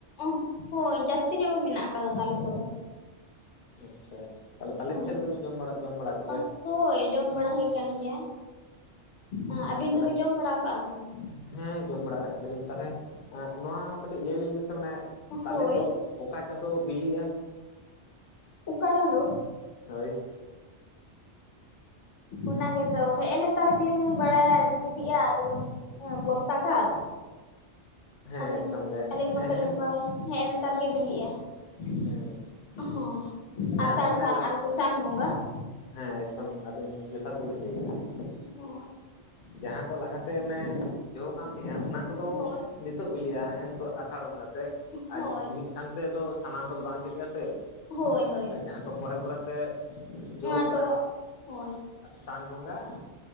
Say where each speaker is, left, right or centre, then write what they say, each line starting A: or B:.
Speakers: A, on the left (about 85°); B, on the left (about 50°).
A: <unintelligible> ᱦᱳᱭ ᱡᱟᱹᱥᱛᱤ ᱧᱚᱜ ᱜᱮ ᱢᱮᱱᱟᱜ ᱟᱠᱟᱫᱟ ᱛᱟᱞᱮ ᱠᱚᱫᱚ ᱾
B: ᱟᱪᱪᱷᱟ ᱛᱟᱞᱮ ᱛᱟᱞᱮ
A: ᱦᱳᱭ
B: ᱯᱤᱴᱷᱟᱹ ᱠᱚᱫᱚ ᱵᱮᱱ ᱡᱚᱢ ᱵᱟᱲᱟ ᱾ ᱡᱚᱢ ᱵᱟᱲᱟ ᱜᱮᱫ
A: <inaudible> ᱦᱳᱭ ᱡᱚᱢ ᱵᱟᱲᱟ ᱦᱩᱭ ᱠᱟᱱ ᱜᱮᱭᱟ᱾ ᱟᱸ ᱟᱹᱵᱤᱱ
B: ᱛᱟᱦᱚᱞᱮ
A: ᱫᱚᱵᱤᱱ ᱡᱚᱢ ᱵᱟᱲᱟ ᱠᱟᱣ ᱥᱮ ᱵᱟᱝ?
B: ᱦᱮᱸ ᱡᱚᱢ ᱵᱟᱲᱟ ᱠᱟᱜ ᱜᱮᱭᱟᱞᱤᱧ, ᱛᱟᱞᱦᱮ ᱱᱚᱣᱟ ᱠᱟᱹᱴᱤᱡ ᱞᱟᱹᱭ ᱟᱹᱞᱤᱧ ᱵᱤᱱ ᱥᱮ ᱢᱟᱱᱮ ᱛᱟᱞᱮ
A: ᱦᱳᱭ
B: ᱫᱚ ᱚᱠᱟ ᱪᱟᱸᱫᱳ ᱵᱤᱞᱤᱜᱼᱟ?
A: <inaudible> ᱩᱠᱟ ᱪᱟᱸᱫᱳ?
B: ᱦᱳᱭ ᱾
A: ᱚᱱᱟ ᱜᱮᱛᱚ ᱦᱮᱜ ᱱᱮᱛᱟᱨ ᱜᱮᱞᱤᱧ ᱵᱟᱲᱟᱭᱟ ᱵᱤᱞᱤᱜᱼᱟ ᱡᱮᱢᱚᱱ ᱵᱚᱨᱥᱟ ᱠᱟᱞ ᱾
B: ᱦᱮᱸ
A: ᱟᱹᱞᱤᱧ
B: ᱮᱠᱫᱚᱢ ᱜᱮ
A: ᱟᱹᱞᱤᱧ
B: ᱦᱮᱸ
A: ᱢᱟᱛᱚ
B: ᱦᱮᱸ
A: ᱞᱤᱧ ᱵᱟᱲᱟᱭ ᱦᱮᱸᱜᱼᱮ ᱱᱮᱛᱟᱨ ᱜᱮ ᱵᱤᱞᱤᱜᱼᱟ
B: ᱦᱮᱸ
A: ᱾ <inaudible> ᱦᱚᱸ
B: ᱡᱟᱦᱟᱸ
A: ᱟᱥᱟᱲ
B: ᱠᱚ ᱢᱟᱱᱮ
A: ᱥᱟᱱ
B: ᱞᱟᱜ
A: ᱟᱨᱠᱤ ᱥᱟᱱ ᱵᱚᱸᱜᱟ ᱾
B: ᱦᱮᱸ ᱮᱠᱫᱚᱢ ᱟᱹᱵᱤᱱ ᱡᱚᱛᱷᱟᱛ ᱜᱮ ᱵᱤᱱ ᱞᱮᱭ ᱠᱟᱫᱟ ᱾
A: <inaudible>
B: ᱡᱟᱦᱟᱸ ᱠᱚ ᱞᱟᱦᱟᱛᱮ ᱚᱱᱮ ᱡᱚ ᱠᱟᱱ ᱛᱤᱧᱟᱹ ᱚᱱᱟ ᱠᱚᱫᱚ
A: ᱦᱳᱭ
B: ᱱᱤᱛᱚᱜ ᱵᱤᱞᱤᱜᱼᱟ ᱮᱱ ᱛᱳᱜ ᱟᱥᱟᱲ ᱵᱚᱸᱜᱟ ᱥᱮᱜ ᱟᱨ
A: ᱦᱳᱭ ᱦᱳᱭ
B: ᱢᱤᱫ ᱥᱟᱝ ᱛᱮᱫᱚ ᱥᱟᱱᱟᱢ ᱠᱚᱫᱚ ᱵᱟᱝ ᱡᱚᱜ ᱜᱮᱭᱟ ᱥᱮ
A: ᱦᱳᱭ
B: ᱾
A: ᱦᱳᱭ
B: ᱟᱨ ᱡᱟᱦᱟᱸ ᱠᱚ ᱯᱚᱨᱮ ᱯᱚᱨᱮᱛᱮ ᱡᱚ
A: ᱚᱱᱟ
B: ᱠᱟᱱᱟ
A: ᱫᱚ ᱦᱳᱭ
B: ᱥᱟᱱ ᱵᱚᱸᱜᱟ